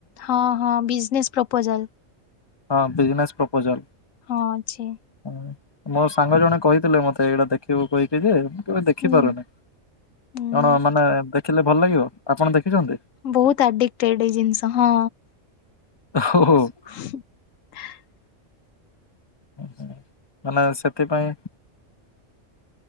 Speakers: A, on the left; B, on the left.
A: ହଁ ହଁ ବିଜନେସ୍ ପ୍ରପୋଜାଲ୍।
B: ହଁ ବିଜନେସ୍ ପ୍ରପୋଜାଲ୍।
A: ହଁ ଅଛି।
B: ହ ମୋ ସାଙ୍ଗ ଜଣେ କହିଥିଲେ ମତେ ଏଇଟା ଦେଖିବୁ କହିକି ଯେ କେବେ ଦେଖିପାରୁନି
A: ହୁଁ ହୁଁ।
B: କଣ ମାନେ ଦେଖିଲେ ଭଲ ଲାଗିବ ଆପଣ ଦେଖିଛନ୍ତି।
A: ବହୁତ୍ ଆଡିକଟେଡ୍ ଏଇ ଜିନିଷ ହଁ।
B: ଓ ହୋ <unintelligible>
A: <unintelligible>
B: <unintelligible> ମାନେ ସେଥିପାଇଁ